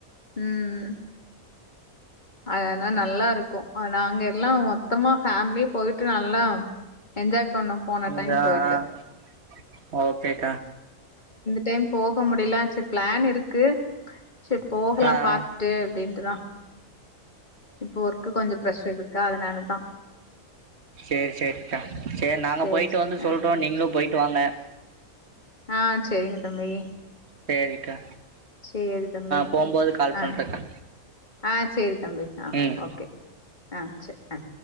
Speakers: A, on the left; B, on the right.
A: ம் அதனா நல் நல்லாருக்கு ஆனா அங்க எல்லா வ மொத்தமா ஃபேமிலே போய்ட் ட்டு நல்லா என்ஜாய் பண்ணோ போன டைம்
B: <unintelligible> அ அ
A: போயிட்டு
B: ஓகேக்கா
A: டேம் போக முடிலாச்சு ப்ளான் இருக்கு செரி போகலா
B: ஆ
A: பாத்துட்டு
B: ஆ
A: அப்டின்ட்டுதா இப்போ ஒர்க்கு கொஞ்சோ ப்ரெஷர் இருக்குா அதனால தா
B: செரி செரிக்கா செரி நாங்க
A: சேரி
B: போய்ட்டு
A: சேரி
B: வந்து சொல்றோ நீங்ளு போய்ட்டு வாங்க
A: ஆ செரிங்க தம்பி
B: சேரிக்கா
A: சேரி தம்பி
B: போம்போது கால்
A: ஆ
B: பண்றக்கா
A: ஆ செரி தம்பி ஆ
B: ம்
A: ஓகே ஆ செரி ஆ